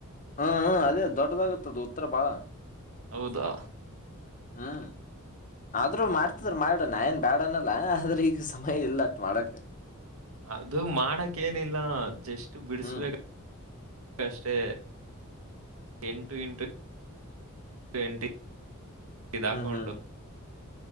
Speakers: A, on the left; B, on the right.
A: ಹ ಹ ಅದೇ ದೊಡ್ಡದಾಗತ್ತದ ಉತ್ತರ ಬಾಳ
B: ಹೌದಾ
A: ಹ್ಮ್
B: ಹ್ಮ್
A: ಆದ್ರೂ ಮಾಡ್ತ ಹ ಮಾಡಣ ಏನ್ ಬ್ಯಾಡನಲ್ಲ ಆದ್ರೆ ಈಗ ಸಮಯ ಇಲ್ಲ ಅಷ್ಟ ಮಾಡಕ
B: ಅದು ಮಾಡಕ್ ಏನಿಲ್ಲ ಜಸ್ಟ್ ಬಿಡಸ್ಬೇಕ
A: ಹ್ಮ್
B: ಅದಷ್ಟೇ ಎಂಟು ಇಂಟು ಪೆಂಟಿಂಗ್ ಇದ
A: ಹ್ಮ್
B: ಹಾಕೊಂಡು
A: ಹ್ಮ್